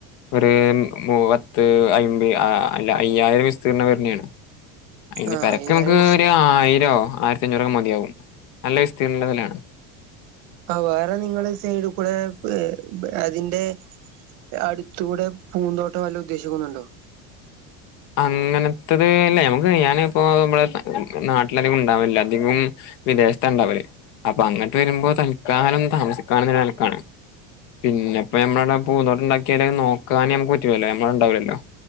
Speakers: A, on the left; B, on the right.
A: ഒരു മൂ പത്ത് അയ്മ്പ അല്ല അയ്യായിരം വിസ്തീർണം വരുന്നയാണ് അയിന്
B: ആഹ്
A: പെരക്ക്‌
B: അയ്യായിരം
A: നമുക്ക്
B: വെച്ച്
A: ഒരു ആയിരവോ ആയിരത്തി അഞ്ഞൂറോ മതിയാവും നല്ല വിസ്തീർണ്ണത്തിലാണ്
B: ആഹ് വേറെ നിങ്ങൾ സൈഡിൽ കൂടെ അതിന്റെ അടുത്തൂടെ പൂന്തോട്ടവോ വല്ലോ ഉദ്ദേശിക്കുന്നുണ്ടോ
A: അങ്ങനത്തേത് അല്ലേ നമക്ക് ഞാൻ ഇപ്പോ നമ്മ നാട്ടിലധികം ഉണ്ടാവലില്ല അധികം വിദേശത്താ ഉണ്ടാവല് അപ്പൊ അങ്ങോട്ട് വരുമ്പോ തൽക്കാലം താമസിക്കാനുള്ള നിലക്കാണ് പിന്നെപ്പ ഞമ്മൾ അവിടെ പൂന്തോട്ടുണ്ടാക്കിയാലും നോക്കാനും നമുക്ക് പറ്റുലല്ലോ നമ്മളുണ്ടാവില്ലല്ലോ